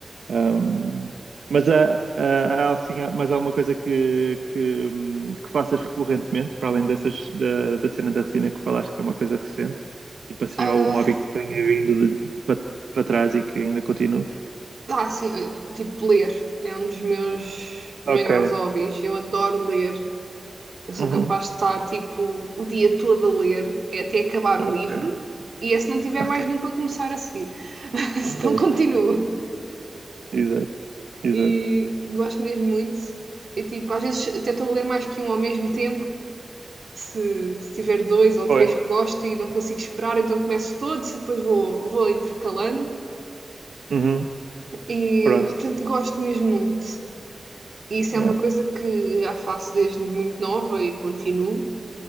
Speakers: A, on the right (about 85°); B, on the right (about 55°).
A: Ahm, mas há, há, há, assim, há mais alguma coisa que, que, hum, que faças recorrentemente, para além dessas, da, da cena da resina que falaste, que é uma coisa recente? Tipo assim,
B: Ah,
A: algum hobby que tenha vindo de- de- para para trás e que ainda continues?
B: ah, sim, eh, tipo, ler é um dos meus maiores
A: Ok.
B: hobbies. Eu adoro ler. Eu sou
A: Uhum.
B: capaz de estar, tipo, o dia todo a ler, é até acabar
A: Ok.
B: o livro. E é se não tiver
A: Ok.
B: mais nenhum para começar a seguir. <laughs> Se
A: Pois.
B: não, continuo.
A: Exato. Exato.
B: e gosto mesmo muito. E tipo, às vezes até estou a ler mais que um ao mesmo tempo. Se, se tiver dois ou
A: Pois.
B: três que gosto e não consigo esperar, então começo todos e depois vou, vou intercalando.
A: Uhum.
B: E,
A: Pronto.
B: portanto, gosto mesmo muito. E isso
A: Yeah.
B: é uma coisa que já faço desde muito nova e continuo.